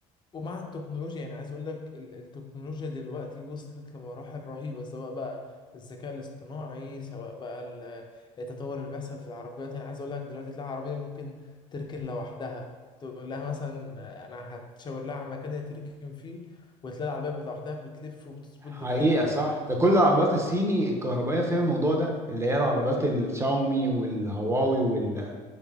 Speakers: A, on the left; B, on the right.
A: ومع التكنولوجيا يعني عايز اقول لك ال- التكنولوجيا دلوقتي وصلت لمراحل رهيبة سواء بقى الذكاء الاصطناعي سواء بقى ال- التطور اللي بيحصل في العربيات يعني عايز اقول لك دلوقتي تلاقي عربية ممكن تركن لوحدها تقول لها مثلا آه، انا هتشاور لها على مكان هي تركن فيه وتلاقي العربية بت- لوحدها بتلف وبتظبط
B: حقيقة
A: دنيتها
B: صح ده كل العربيات الصيني الكهربائية فيها الموضوع ده اللي هي العربيات الشاومي والهواوي وال...